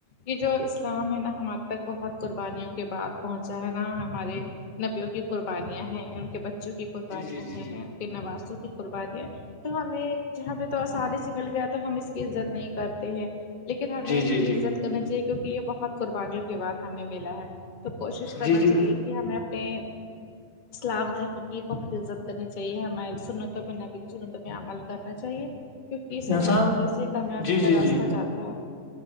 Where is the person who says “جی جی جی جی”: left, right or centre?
Left